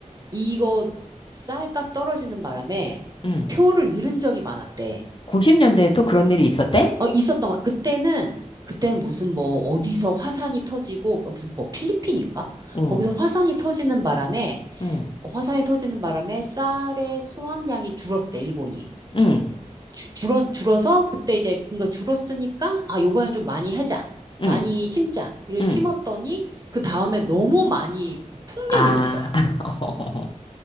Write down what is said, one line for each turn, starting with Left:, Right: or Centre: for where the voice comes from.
Right: 이거 쌀값 떨어지는 바람에
Left: 응.
Right: 표를 잃은 적이 많았대.
Left: 90년대에 또 그런 일이 있었대?
Right: 어, 있었던 거. 그때는, 그때 무슨 뭐 어디서 화산이 터지고, 어, 무슨 뭐 필리핀인가?
Left: 응,
Right: 거기서 화산이 터지는 바람에,
Left: 응,
Right: 화산이 터지는 바람에 쌀의 수확량이 줄었대, 일본이.
Left: 응,
Right: 주, 줄어, 줄어서 그때 이제 그러니까 줄었으니까 아 요번엔 좀 많이 하자
Left: 응,
Right: 많이 심자 이를
Left: 응.
Right: 심었더니 그 다음에 너무 많이 그 풍년이
Left: 아,
Right: 든 거야
Left: <laughs>